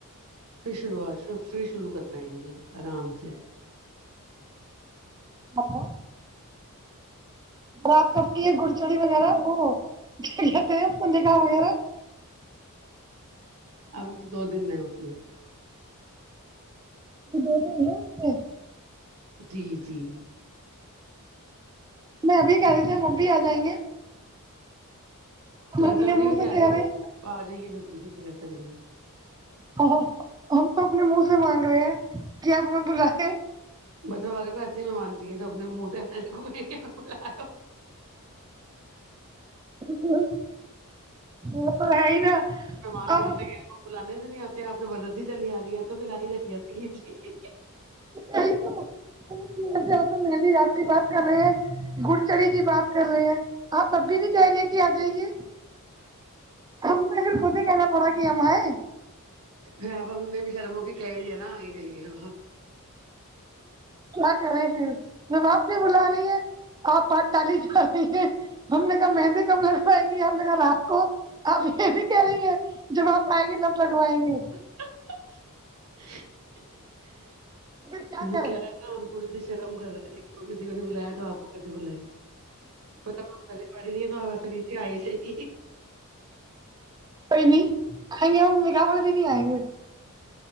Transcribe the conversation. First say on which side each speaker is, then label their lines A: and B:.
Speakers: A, on the right; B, on the right.
A: پھر شروعات پھر شروع کروائیں گے آرام سے
B: ہاں برات کپ کی ہے گڑچڑی وغیرہ وہ کیا کہتے ہیںندیکا وغیرہ
A: ابھی تو دو دن نہیں اس میں
B: ابھی دو دن ہے اسمے
A: جی جی
B: میں ابھی کہہ رہی تھی ہم اب بھی آ جائیں گے
A: تو ایسا
B: اپنے
A: رہی
B: منہ
A: میں
B: سے
A: تیاری
B: کہہ رہے
A: کیپ آ جائیے جلدی سے رہ س کر رہیے
B: ہ ہم تو اپنے منہ سے مانگ رہے ہیں کیا آپ ہمیں بلاے
A: بس ہمارے کو ایسے ہی مہمان چاہیے جو اپنے منہ سے گھومے گ بلا
B: ہ وہ تو ہے ہی نا
A: مہمان
B: اب
A: ملتے ہیں بلانے سے نہیں آتے آپ لوگ اد چلی آ رہی ہے تو پھر آ ہی جائیے ہی جی
B: یہی تو پوچھو مہندی رات کی بات کر رہے ہیں گڑ چڑے کی بات کر رہے ہیں آپ اب بھی کہہ رہی ہے کہ آ جائیے گی
A: سس
B: ہمیں پھر خود ہی کہنا پڑا کہ ہم آئے
A: پھر آپا ہم نے بھی شرم ہو کے کہہ ہی دیا نا آئی جائیے ابھ
B: کیا کرے پھر جب آپ نہیں بلا رہی ہے آپ بات کل ہی جا رہی ہے ہم نے کہا مہندی کب لگ پائیں گے ہم نے کہا رات کو آپ یہ بھی کہہ رہی ہیں جب آپ آئی گی تب لگوائیں گے
A: ہی ہی ہی۔۔۔۔۔ ہی
B: پھر کیا
A: وہ
B: کریں
A: کہہ رہا نا ہم تھوڑی سی شرم کر رہے تھے کہ کسی کو نے بلایا تو آپ کو کیسے بلائے پ پلے پڑھی نہیںی تو آ وس آئی سےی
B: صحیح بھی آئیں گے ہم نکاح والے دن بھی آئیں گے